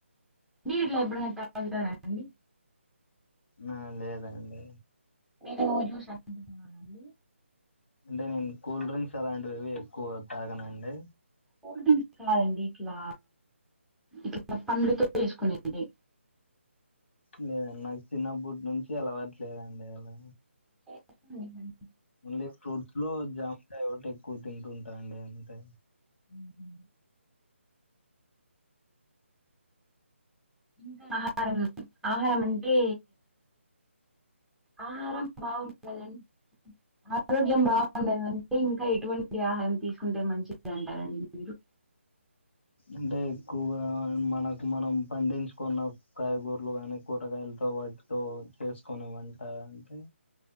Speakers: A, in the centre; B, on the left.
A: మీరెప్పుడైనా ఇలా తాగుతారా అండి
B: ఆ లేదండి
A: మీరు జుసు అండి
B: అంటే నేను కూల్ డ్రింక్స్ అలాంటివివి ఎక్కువ తాగనండి
A: కూల్ డ్రింక్స్ కాదండి ఇట్లా ఇట్ల పండ్లుతో చేసుకునేటివి
B: లేదండి నాకు చిన్నప్పటి నుంచి అలావటులేదండి అలా
A: ఉహు
B: ఓన్లీ ఫ్రూట్స్ లో జామకాయి ఒకట్టి ఎక్కువ తింటుంటాండి అంతే
A: ఉహు ఇంకా ఆహారం ఆహారం అంటే ఆహారం బాగుండాలండి ఆరోగ్యం బాగుండాలండి అంటే ఇంకా ఎటువంటి ఆహారం తీసుకుంటే మంచిది అంటారండి మీరు
B: అంటే ఎక్కువగా మనకు మనం పండించుకున్న కాయగూరలు గానీ కూరగాయలు వాటితో చేసుకోని వంట అంటే